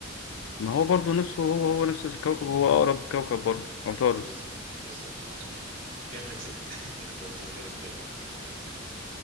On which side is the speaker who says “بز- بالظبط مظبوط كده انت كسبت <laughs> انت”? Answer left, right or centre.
Right